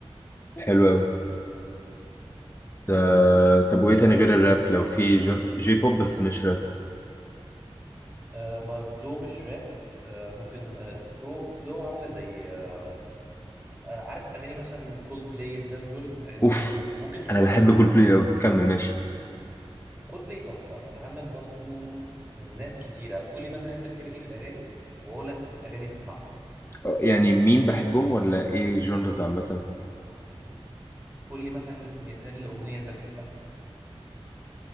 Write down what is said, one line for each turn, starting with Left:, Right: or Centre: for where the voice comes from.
Left: حلو قوي آه طب
Right: حلوه
Left: وايه تاني غير الراب لو في جو- جي بوب بس مش راب
Right: آه ما فلو مش راب آه ممكن آه فلو فلو عامله زي آه آه، عارف اغاني مثلا كولد بلاي الناس دول اغانيهم
Left: اوف
Right: حلوه ممكن تروح
Left: انا
Right: برضو
Left: بحب كول بلاي قوي كمل ماشي
Right: كولد بلاي تحفه انت عندك برضو ناس كتيره قول لي مثلا انت بتحب ايه في الاغاني واقول لك اغاني تسمعها
Left: آه، يعني مين بحبهم ولا ايه جونرز عامه
Right: قول لي مثلا مثال لاغنيه انت بتحبها